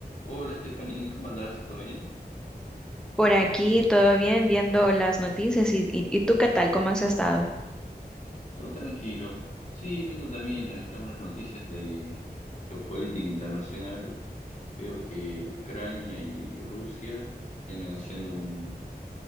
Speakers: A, on the left; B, in the centre.
A: Hola Stephanie, ¿cómo andás? ¿Todo bien?
B: Por aquí todo bien, viendo las noticias y, y- y tú qué tal, ¿cómo has estado?
A: Todo tranquilo. Sí, viendo también acá unas noticias de geopolítica internacional, veo que Ucrania y Rusia están negociando un,